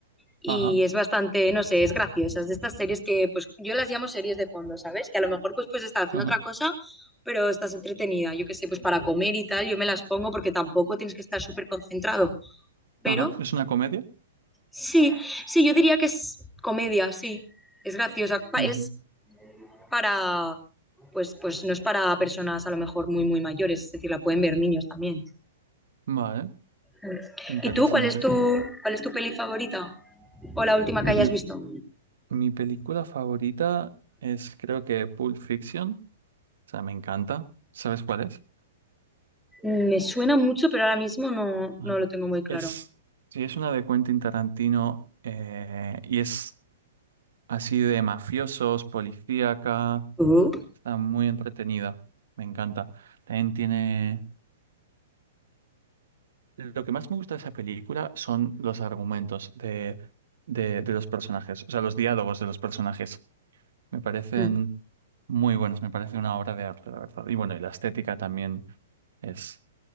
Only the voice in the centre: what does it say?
Y
es bastante, no sé, es graciosa, es de estas series que pues yo las llamo series de fondo, ¿sabes? Que a lo mejor pues pues estás haciendo
otra cosa, pero estás entretenida, yo qué sé, pues para comer y tal, yo me las pongo porque tampoco tienes que estar súper concentrado, pero
Sí, sí, yo diría que es comedia, sí. Es graciosa. pa-
Es para, pues, pues no es para personas a lo mejor muy, muy mayores, es decir, la pueden ver niños también.
Mm.
¿Y tú, cuál es tu, cuál es tu peli favorita? ¿O la última
que hayas
visto?
Mm, Me suena mucho, pero ahora mismo no,
no lo tengo muy claro.
Oh.
Mm.